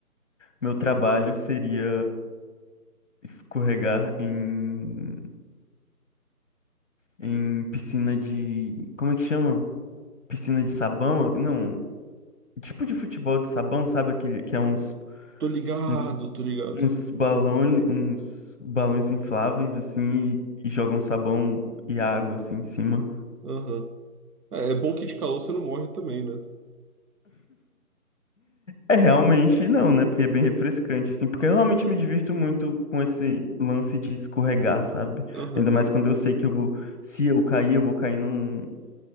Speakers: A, on the left (about 55°); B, on the right (about 80°).
A: meu trabalho seria escorregar em, em piscina de. Como é que chama? Piscina de sabão? Não, tipo de futebol de sabão, sabe? Aquele que é uns,
B: Tô ligado,
A: uns,
B: tô ligado.
A: uns balões, uns balões infláveis assim e, e jogam sabão e água assim em cima.
B: Aham. É, é bom que de calor você não morre também, né?
A: É, realmente não, né? Porque é bem refrescante, assim. Porque eu realmente me divirto muito com esse lance de escorregar, sabe?
B: Aham.
A: Ainda mais quando eu sei que eu vou. Se eu cair, eu vou cair num,